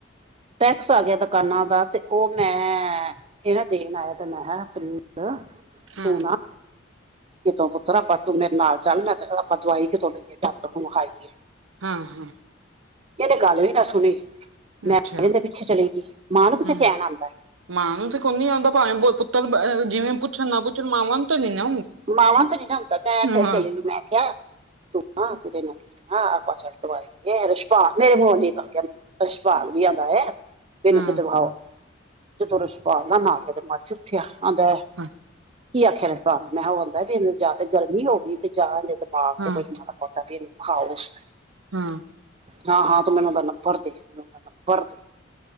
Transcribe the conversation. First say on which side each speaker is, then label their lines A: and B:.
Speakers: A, on the right; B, on the right.
A: ਟੈਕਸ ਆ ਗਿਆ ਦੁਕਾਨਾਂ ਦਾ ਤੇ ਉਹ ਮੈਂ, ਇਹ ਨਾ ਦੇਣ ਆਇਆ ਤੇ ਮੈਂਰੀ
B: ਹਾਂ
A: ਤੂਣਾ ਕਿਤੋਂ ਪੁੱਤਰ ਆਪਾਂ ਤੂੰ ਮੇਰੇ ਨਾਲ ਚੱਲ ਮੈਂ ਆਪਾਂ ਦਵਾਈ ਕਿਤੋਂ ਲਈਏ ਡਾਕਟਰ ਨੂੰ ਵਿਖਾਈਏ
B: ਹਾਂ ਹਾਂ
A: ਇਹਹਦੇ ਗੱਲ ਵੀ ਨਾ ਸੁਣੀ, ਮੈਂ
B: ਅੱਛਾ
A: ਕ ਕਹਿੰਦੇ ਪਿੱਛੇ ਚਲੇ ਗਈ, ਮਾਂ ਨੂੰ ਕਿੱਥੇ
B: ਹੂੰ
A: ਚੈਨ ਆਉਂਦੈ?
B: ਮਾਂ ਨੂੰ ਤੇ ਕੋ ਨੀ ਆਉਂਦਾ ਭਾਵੇਂ ਪੁੱਤਰ ਬ ਬ ਜਿਵੇਂ ਪੁੱਛਣ ਨਾ ਪੁੱਛਣ ਮਾਵਾਂ ਨੂੰ ਤਾਂ ਨੀ ਨਾ
A: ਮਾਵਾਂ ਤੇ ਨ ਨਾ ਹਉੁੰਦਾ ਮੈਂ
B: ਹਾਂ
A: ਫੇਰ ਚਲੇ ਨੂੰ ਮੈਂ ਆਖਿਆ ਤੂੰ ਆਪ ਚ <unintelligible> ਦਵਾਈ ਰਛਪਾਲ ਮੇਰੇ ਮ ਗਲਕੇ ਰਛਪਾਲ ਵੀ ਆਉਂਦਾ ਏ ਮੈਨੂੰ
B: ਹਾਂ
A: ਕਿਤੇ ਆਓ, ਜਦੋਂ ਰਛਵਾ ਲ ਨਾਲਿਆ ਤੇ ਮਰ ਚ ਉੱਠਿਆ ਆਂਦਾ <unintelligible>
B: ਹਾਂ
A: ਕੀ ਆਖਿਆ ਰ ਸ ਮੈਂ ਕਿਹਾ ਆਉਂਦੈ ਵੀ ਇਹਨੂੰ ਜਾ ਤੇ ਗਰਮੀ ਹੋ ਗਈ, ਤੇ ਜਾ ਇਹਦੇ ਦਿਮਾਗ
B: ਹਾਂ
A: ਤੇ ਕੁੱਝ ਮ ਮਟ ਵੀਖਾ <unintelligible>
B: ਹਾਂ
A: ਹਾਂ ਹਾਂ ਤੇ ਮੈਨੂੰ ਉਹਦਾ ਨੰਬਰ ਤੇ ਮੈਨੂੰਦਾ ਨੰਬਰ ਦੇ